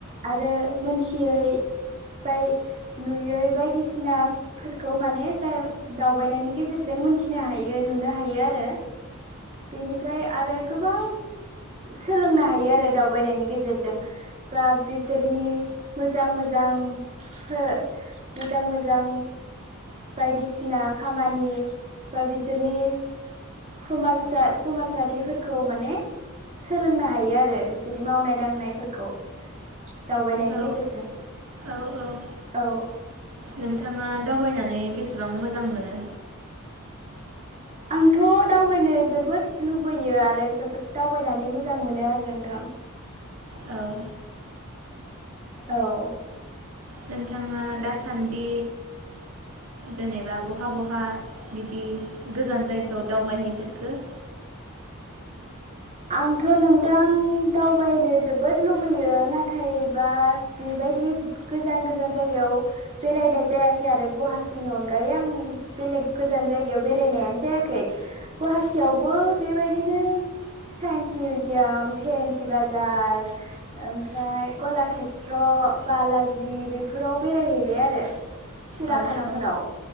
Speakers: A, on the right; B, on the right.
A: आरो मोनथियै बाय नुयै बायदिसिनाफोरखौ माने जाय दावबायनायनि गेजेरजों मोनथिनो हायो नुनो हायो आरो। बेनिफ्राय आरो गोबां सोलोंनो हायो आरो दावबायनायनि गेजेरजों। बा बिसोरनि मोजां मोजां सो मोजां मोजां बायदिसि ब्ला खामानि बा बिसोरनि समाजा समाजारिफोरखौ माने सोलोंनो हायो आरो बिसोरनि मावनाय दांनायफोरखौ। दावबायनायनि
B: औ
A: गेजेरजों
B: औ औ
A: औ।
B: नोंथाङा दावबायनानै बेसेबां मोजां मोनो?
A: आंथ' दावबायनो जोबोद लुबैयो आरो जोबोद दावबायनानै मोजां मोनो आरो नोंथां।
B: औ
A: औ
B: नोंथाङा दासान्दि जेनेबा बहा बहा बिदि गोजान जायगायाव दावबायहैफोरखो?
A: आंथ' नोंदां दावबायनो जोबोद लुबैयो नाथाय बा बेबायदि गोजान गोजान जायगायाव बेरायनाय जायाखै आरो गुवाहाटिनि अनगायै आं बेलेग गोजान जायगायाव बेरायनायानो जायाखै गुवाहाटियावबो बेबायदिनो साइन्स मिउजियाम फेन्सि बाजार ओमफ्राय कलाक्षेत्र बालाजि बेफोराव बेरायहैबाय आरो। सिराखानाफोराव
B: औ औ